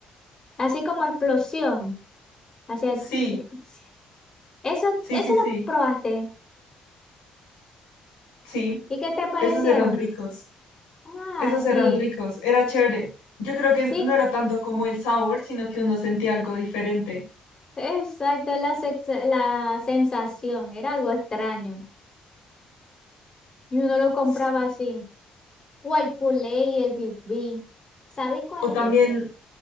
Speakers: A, on the left; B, on the left.
A: Así como explosión. Hacía
B: Sí,
A: tic, tic, tic, tic. Eso,
B: sí,
A: eso
B: sí,
A: lo
B: sí,
A: probaste.
B: sí.
A: ¿Y qué te parecieron?
B: Esos eran ricos.
A: Ah,
B: Esos
A: sí.
B: eran ricos. Era chévere. Yo creo que
A: Sí,
B: no era tanto como el sabor, sino que uno sentía algo diferente.
A: exacto, la, sex- la sensación. Era algo extraño. Y uno lo compraba
B: Sí.
A: así. o el Guaypulé y el Big B. ¿Sabéis cuál
B: O
A: es
B: también,
A: ese?